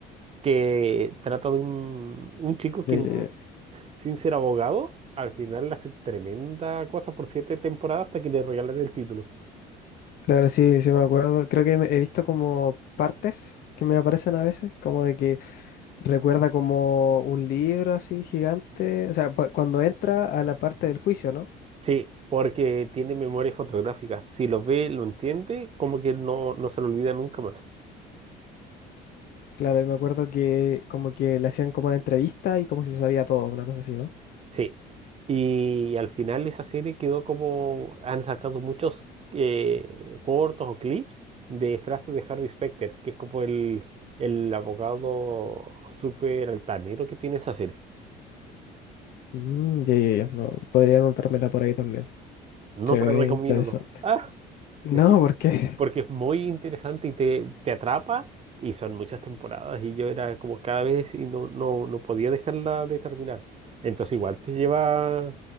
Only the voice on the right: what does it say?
que trata de un, un chico que
sin ser abogado, al final hace tremenda cosa por siete temporadas hasta que le regalan el título.
Sí, Porque tiene memoria fotográfica. Si lo ve, lo entiende, como que no, no se lo olvida nunca más.
sí, Y al final esa serie quedó como... Han sacado muchos eh, cortos o clips de frases de Harvey Specter, que es como el, el abogado súper altanero que tiene esa serie.
No
te
la recomiendo.
Ah,
es que
porque es muy interesante y te, te atrapa y son muchas temporadas y yo era como cada vez y no, no, no podía dejarla de terminar. Entonces igual te lleva,